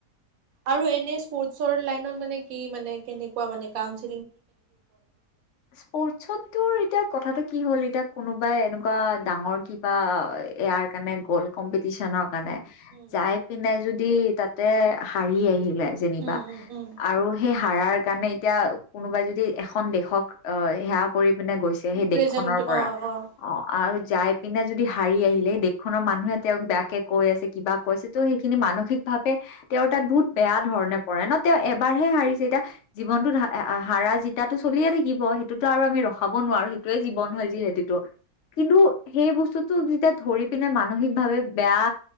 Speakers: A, on the right; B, on the left.
A: আৰু এনে স্পৰ্টছৰ লাইনত মানে কি মানে, কেনেকুৱা মানে কাউন্স
B: স্পৰ্টছত তোৰ এতিয়া কথাটো ক কি হ'ল, এতিয়া কোনোবাই এনেকুৱা ডাঙৰ কিবা এয়াৰ কাৰণে গ'ল্ড কম্পিটিচনৰ কাৰণে
A: উম
B: যায় পিনাই যদি তাতে হাৰি আহিল লে যেনিবা
A: উম, উম, উম,
B: আৰু সেই হাৰাৰ কাৰণে এতিয়া কোনোবাই যদি ই এখন দেশক অহ সেৱা কৰি মানে গৈছে সেই
A: ৰিপ্ৰেজেণ্ট
B: দেশখনৰ পৰা।
A: অ', অ',
B: অহ আৰু যাই পিনে যদি হাৰি আহিলে, দেশখনৰ মানুহে তেওঁক বেয়াকে কৈ আছে কিবা কৈছে তহ সেইখিনি মানসিক ভাৱে তেওঁৰ তাত বহুত বেয়া ধৰণে পৰে নহ তেওঁ এবাৰহে হাৰিছে এতিয়া জীৱনটোত হা হাৰা জিকা জিকাটো চলিয়ে থাকিব সেইটোতো আৰু আমি ৰখাব নোৱাৰো সেইটোৱে জীৱন হয় যিহেটিটো। কিন্তু সেই বস্তুটো যেতিয়া ধৰি পিনে মানসিকভাৱে বেয়া